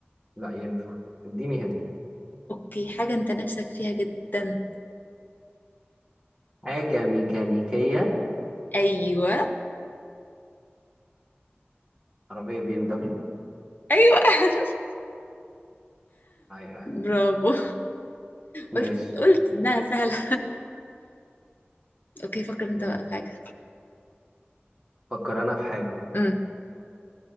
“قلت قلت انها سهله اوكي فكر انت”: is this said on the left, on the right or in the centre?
Left